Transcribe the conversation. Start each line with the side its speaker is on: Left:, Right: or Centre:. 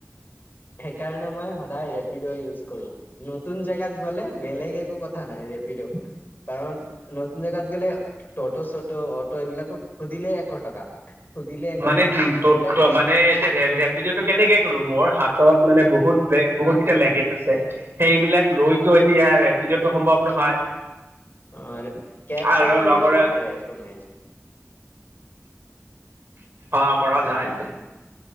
Left: সেইকাৰণে মই সদায় ৰেপিড ইউজ কৰো। নতুন জেগাত গ'লে বেলেগ একো ৰেপিড কাৰণ নতুন জেগাত গ'লে তত চত অট এইবিলাকো দিলে এশ টকা। সুধিলে এশ
Right: মানে
Left: টকা।
Right: উ ত
Left: ৰেপ
Right: মানে এতিয়া ৰেপিডঅটো কেনেকে কৰো? মোৰ হাতত মানে বহুত বহুতকেইটা লেগেজ আছে। সেইবিলাক লৈতো এতিয়া ৰেপিডত সম্ভৱ নহয়।
Left: অ' কেব
Right: আৰু
Left: চেব কৰি
Right: লগৰে
Left: ল'ব পাৰে একো নাই।
Right: অ' কৰা যায়।